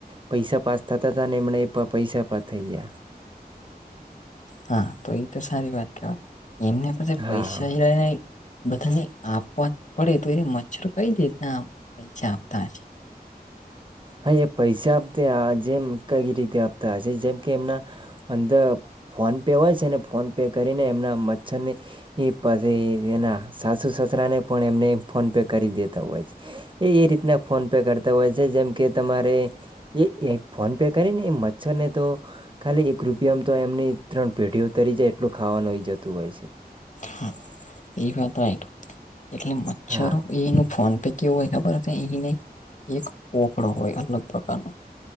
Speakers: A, on the right; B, on the left.
A: પૈસા પાસ થતા ત ને એમણે એ પૈસા પણ થઈ ગયા
B: હા તો એ તો સારી વાત કેવાય એમને પાસે
A: હા
B: પૈસા <unintelligible> બધાને આપવા પડે તો એને મચ્છર કઈ રીતના પૈસા આપતા હશે
A: હા એ પૈસા આપતા જેમ કઈ રીતે આપતા હ સે જેમ કે એમના અંદર ફોન પે હોય છે ને ફોન પે કરીને એમના મચ્છરની એ પાછી એના સાસુ સસરાને પણ એમને ફોન પે કરી દેતા હોય છે એ એ રીતના ફોન પે કરતા હોય છે જેમ કે તમારે એ એ ફોન પે કરીને એ મચ્છર ને તો ખાલી એક રૂપિયામાં તો એમની ત્રણ પેઢી ઉ તરી જાય એટલું ખાવાનું જતું હોય છે
B: હા એ વાત રાઈટ એટલે મચ્છરો
A: હા
B: એનું ફોન પે કેવું હોય ખબર અહીંને એક વફડો હોય અલગ પ્રકારનો